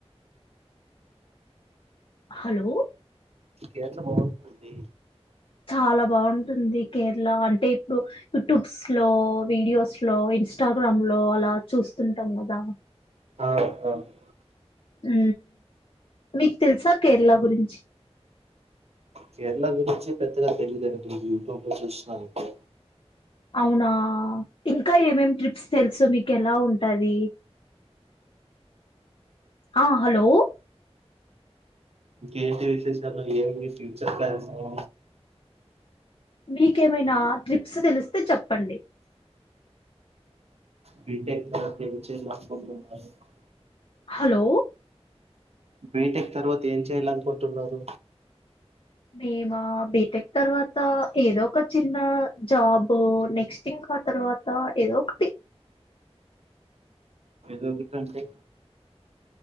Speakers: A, on the left; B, on the right.
A: హలో
B: కేరళ బాగుంటుంది
A: చాలా బాగుంటుంది కేరళ అంటే ఇప్పుడు యూట్యూబ్స్ లో వీడియోస్ లో ఇన్స్టాగ్రామ్ లో అలా చూస్తుంటాం కదా
B: ఆ అవును
A: ఉ మీకు తెలుసా కేరళ గురించి
B: కేరళ గురించి పెద్దగా తెలీదు యూట్యూబ్లో చూసినా అంతే
A: అవునా ఇంకా ఏమేం ట్రిప్స్ తెలుసు మీకు ఎలా ఉంటాది ఆ హలో
B: ఇంకేంటి విశేషాలు ఏమి ఫ్యూచర్ ప్లాన్స్ ఏ
A: మీ ఏమైనా ట్రిప్స్ తెలిస్తే చెప్ చెప్పండి
B: బిటెక్ తర్వాత ఏం చేయాలో అర్థం కాలేదు నాకు
A: హలో
B: బీటెక్ తర్వాత ఏం చేయాలనుకుంటున్నారు
A: మేమా బిటెక్ తర్వాత ఏదో ఒక చిన్న జాబ్ నెక్స్ట్ ఇంకా ఆ తర్వాత ఏదో ఒకటి
B: రోజు ఫ్యాన్స్డే